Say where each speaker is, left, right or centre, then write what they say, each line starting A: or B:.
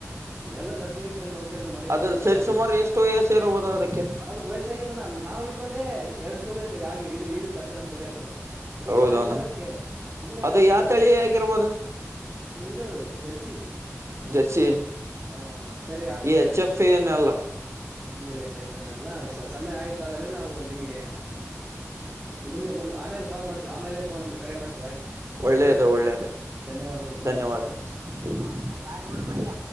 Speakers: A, on the right (about 20°); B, on the right (about 65°).
A: ಎಲ್ಲ ಖರ್ಚಗತ್ತು ಎಲ್ಲ ನೋಡ್ಕೊಂಡು ಮನೆ ಖರ್ಚು
B: ಅದ್ರ
A: ಎಲ್ಲ
B: ಸರಿ
A: ಬಾರಿಗ
B: ಸುಮಾರು ಎಷ್ಟು ವಯಸ್ಸ ಇರಬಹುದು ಅದಕ್ಕೆ
A: ಅದಕ್ ವಯಸ್ಸಾಗಿಲ್ಲ ನಾ ನಾವ್ ಇಡ್ಕೊಂಡೆ ಎರಡು ಸೂಲ ಆ ಇದು ಇದತ್ತು ತ ಅಷ್ಟೇ ನಮ್ ಕಡೆ ಅದು ವಯಸ್ಸಿನಾಗಿದ್ದಿಲ್ಲ
B: ಹೌದೌನ
A: ಅದಕ್ಕೆ ಇನ್ನು
B: ಅದು ಯಾವ
A: ಸ
B: ತಳಿ ಆಗಿರ್ಬೋದು
A: ಅದು ಇದದು ಜರ್ಸಿ
B: ಜರ್ಸಿ
A: ಹಾ ಸರಿ ಹಾಗಗದೆೇ
B: ಈ ಎಚ್
A: ಹತ
B: ಎಫ್ ಏನಲ್ಲ
A: ಇಲ್ಲಿಲ್ಲ ಚೆಪೆನಲ್ಲ ಸಮಯ ಆಯ್ತು ಹಾಗಾದ್ರೆ ನಾವು ನಿಮಗೆ ಮುಂದೆ ಮುೆ ಆಮೇ ಕಾ ಮಾಡ್ತವಿ ಆಮೇ ೋ ಕರೆ ಮಾಡ್ತ
B: ಒಳ್ಳೇದ ಒಳ್ಳೇದು
A: ಧನ್ಯವಾದಗಳು
B: ಧನ್ಯವಾದ
A: ಧನ್ಯವಾದಗಳು
B: ಹ ಬಾರಿ ಬಿಡ ಮಲ್ಯ